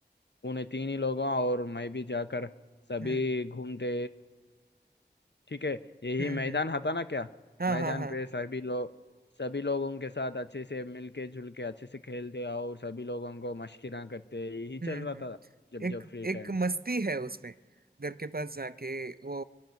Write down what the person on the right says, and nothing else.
हम्म
हम्म
हम्म,
हाँ
हाँ हाँ
हम्म
हम्म
एक
एक
मस्ती है उसमें घर के पास जाके वो